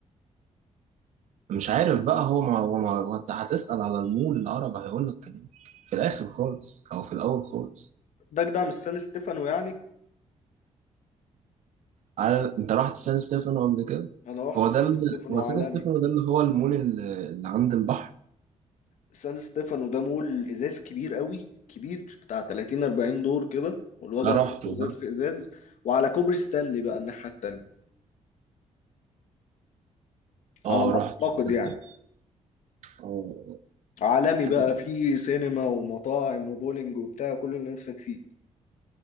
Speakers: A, on the right (about 65°); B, on the left (about 75°).
A: مش عارف بقى هو ما هو ما هو أنت هتسأل على المول العرب هيقول لك كان إيه في الآخر خالص أو في الأول خالص
B: ده جدع مش سان ستيفانو يعني
A: على انت رحت سان ستيفانو قبل كده
B: انا رحت
A: هو
B: سان
A: ده ال...
B: ستيفانو
A: هو
B: عالمي
A: سان ستيفانو ده اللي هو المول ال- اللي عند البحر
B: سان ستيفانو ده مول ازاز كبير قوي كبير بتاع 30 40 دور كده والوجع
A: انا رحته
B: كله ازاز في ازاز وعلى كوبري ستانلي بقى الناحيه التانيه
A: اه
B: على ما
A: رحته
B: اعتقد
A: سان
B: يعني
A: ستيفانو اه
B: عالمي
A: حلو
B: بقى فيه سينما ومطاعم وبولينج وبتاع كل اللي نفسك فيه